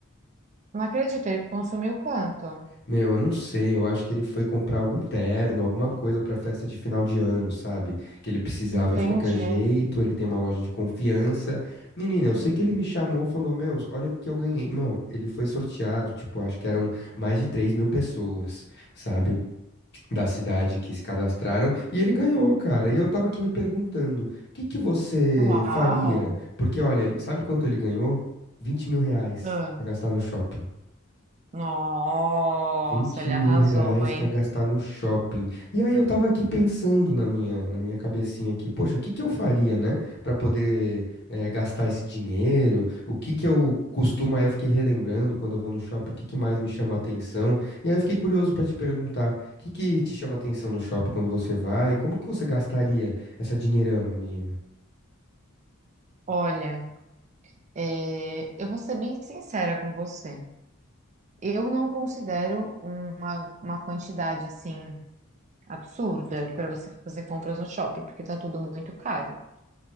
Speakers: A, on the right; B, on the left.
A: Não acredito, ele consumiu quanto?
B: Meu, eu não sei, eu acho que ele foi comprar algum terno, alguma coisa pra festa de final de ano, sabe? Que ele precisava
A: Entendi.
B: de qualquer jeito, ele tem uma loja de confiança. Menina, eu sei que ele me chamou, falou, meu, olha o que eu ganhei. Mão, ele foi sorteado, tipo, acho que eram mais de três mil pessoas, sabe? da cidade que se cadastraram e ele ganhou, cara. E eu tava aqui me perguntando, o que que você
A: Uau!
B: faria? Porque, olha, ele- sabe quanto ele ganhou? vinte mil reais
A: Ah,
B: pra gastar no shopping.
A: Nossa,
B: Vinte
A: ele
B: mil
A: arrasou,
B: reais
A: hein?
B: pra gastar no shopping. E aí eu tava aqui pensando na minha, na minha cabecinha aqui, poxa, o que que eu faria, né, Pra poder eh, gastar esse dinheiro? O que que eu costumo? Aí eu fiquei relembrando quando eu vou no shopping, o que que mais me chama atenção? E aí eu fiquei curioso pra te perguntar, o que que te chama atenção no shopping quando você vai? Como que você gastaria essa dinheirama, menina?
A: Olha, é, eu vou ser bem sincera com você. Eu não considero uma, uma quantidade assim absurda para você fazer compras no shopping, porque tá tudo muito caro.